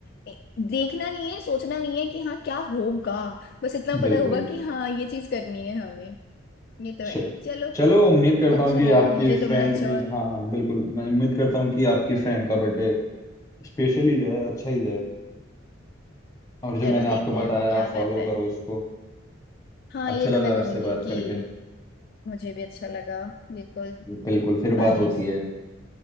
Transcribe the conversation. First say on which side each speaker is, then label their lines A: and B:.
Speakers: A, on the left; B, on the left.
A: ए- देखना नहीं है सोचना नहीं है कि हाँ क्या होगा बस इतना पता
B: बिल्कुल
A: होगा कि हाँ ये चीज करनी है हमें ये तो
B: च-
A: है चलो
B: चलो उम्मीद करता
A: अच्छा
B: हूँ कि
A: लगा
B: आपकी
A: मुझे तुमने
B: फ्रेंड
A: अच्छा
B: की
A: हुआ।
B: हाँ हाँ बिल्कुल मैं उम्मीद करता हूँ कि आपकी फ्रेंड का बर्थडे स्पेशल ही जाए अच्छा ही जाए और जो
A: चलो
B: मैंने आपको
A: देखते
B: बताया
A: हैं क्या
B: आप
A: करते
B: फॉलो करो
A: हैं
B: उसको
A: हाँ
B: अच्छा
A: ये
B: लगा
A: तो मैं करूंगी
B: आपसे बात
A: कि
B: करके
A: मुझे भी अच्छा लगा बिल्कुल
B: बिल्कुल फिर
A: Bye
B: बात होती है